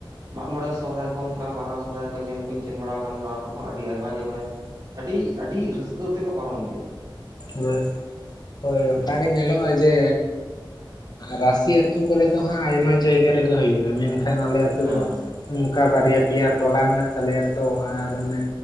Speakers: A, on the right; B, on the left.
A: ᱢᱟᱜ ᱢᱚᱬᱮ ᱥᱚᱨᱦᱟᱭ ᱠᱚ ᱚᱱᱠᱟ ᱵᱟᱦᱟ ᱥᱚᱨᱦᱟᱭ ᱠᱚ ᱧᱮᱞ ᱠᱚᱧ ᱥᱮᱱ ᱵᱟᱲᱟ ᱟᱠᱟᱱ ᱜᱮᱭᱟ ᱚᱱᱟ ᱠᱚᱨᱮ ᱦᱚᱸ ᱟᱹᱰᱤ ᱟᱭᱢᱟ ᱜᱮ ᱢᱟᱱᱮ, ᱟᱹᱰᱤᱡ ᱟᱹᱰᱤᱡ ᱨᱟᱹᱥᱠᱟᱹ ᱛᱮᱠᱚ ᱯᱟᱨᱚᱢ ᱜᱮᱭᱟ᱾
B: ᱦᱳᱭ ᱦᱳᱭ
A: ᱦᱮᱸ
B: ᱚᱱᱠᱟ ᱜᱮ ᱧᱮᱞᱚᱜ-ᱟ, ᱡᱮ ᱨᱟᱥᱤ ᱟᱹᱛᱩ ᱠᱚᱨᱮ ᱫᱚ ᱦᱟᱸᱜ ᱟᱭᱢᱟ ᱡᱟᱭᱜᱟ ᱨᱮᱜᱮ ᱦᱩᱭᱩᱜ-ᱟ ᱢᱮᱱᱠᱷᱟᱱ ᱠᱷᱟᱱ ᱟᱞᱮ ᱟᱛᱩ
A: ᱦᱮᱸ
B: ᱫᱚ
A: ᱦᱮᱸ
B: ᱚᱱᱠᱟ ᱵᱟᱨᱭᱟ ᱯᱮᱭᱟ ᱴᱚᱞᱟ ᱢᱮᱱᱟᱜ ᱛᱟᱞᱮᱭᱟ ᱛᱚ ᱟᱨ ᱚᱱᱮ